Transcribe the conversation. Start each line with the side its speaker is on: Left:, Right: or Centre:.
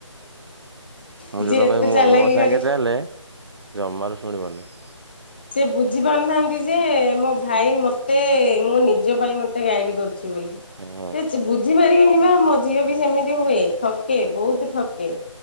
Right: ମୁଁ
Left: ଯିଏ
Right: ଯୋଦନ
Left: ଏତେ
Right: କହିଲି
Left: ଚାଲାକି
Right: ମୋ ସାଙ୍ଗେ
Left: କରି
Right: ଚାଲେ ଜମାରୁ ଶୁଣିବନି।
Left: ସେ ବୁଝି ପାରୁନାହାନ୍ତି ଯେ ମୋ ଭାଇ ମତେ ମୋ ନିଜ ପାଇଁ ମତେ ଗାଇଡ କରୁଛି।
Right: ହଁ
Left: ବୁଝିପାରିବେନି ବା ମ ଝିଅ ବି ସେମିତି ହୁଏ ଠକେ ବହୁତ ଠକେ।